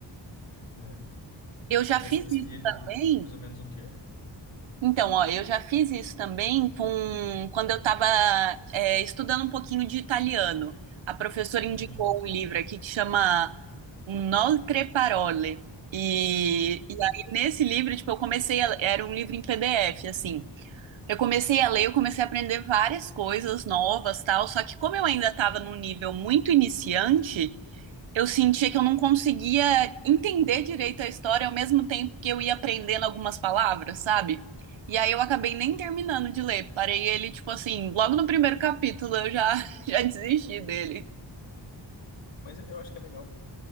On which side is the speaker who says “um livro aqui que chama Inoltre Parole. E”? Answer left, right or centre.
Right